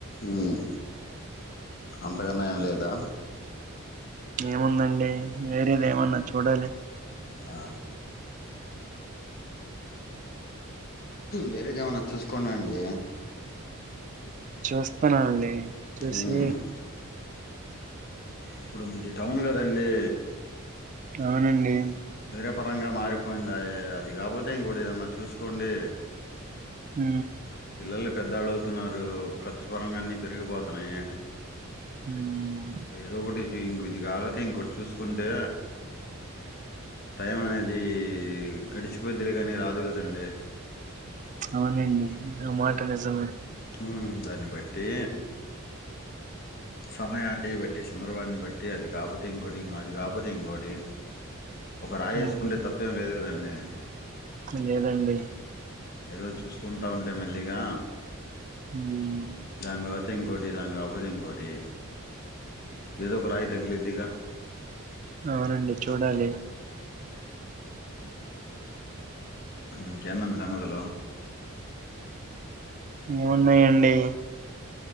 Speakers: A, on the left; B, on the right.
A: ఉమ్. అంతకన్నా ఏం లేదా
B: ఏముందండి వేరేది ఏమన్నా చూడాలి
A: ఆ వేరేది ఏమన్నా చూసుకోన్నండి
B: చూస్తున్నా ఆండీ చూసి
A: ఉమ్, ఇప్పుడు మీది టౌన్ కదండి
B: అవునండి
A: స్థిరపరంగా మారిపోయిందయే అది కాకపోతే ఇంకోటి ఏదన్నా చూసుకోండి
B: ఊ
A: పిల్లలు పెద్దాళ్ళు అవుతున్నారు ఖర్చు పరంగా అన్నీ పెరిగిపోతున్నాయి
B: ఉమ్
A: ఏదో ఒకటి ఇం ఇది కాకతే ఇంకోటి చూసుకుంటే టైం అనేది గడిచిపోయిద్ధిలే కానీ రాదు కదండి
B: అవునండి అ మాట నిజమే
A: ఉమ్ దాన్ని బట్టి
B: <inaudible>
A: సమయాన్ని బట్టి సందర్భన్ని బట్టి అది కాకపోతే ఇంకోటి అది కాకపోతే ఇంకోటి
B: <inaudible>
A: ఒక రాయి వేసుకుంటే
B: ఉమ్
A: తప్పేం లేదు కదండి
B: లేదండి
A: ఏదో చూసుకుంటా ఉంటే మెల్లిగా
B: ఉమ్
A: దాని బటి ఇంకోటి దాని కాక పోతే ఇంకోటి ఏదో ఒక రాయి తగ్గిలిద్దిగా
B: అవునండి చూడాలి
A: ఉమ్ ఇంకెందండి సంగతులు
B: ఏమున్నయండి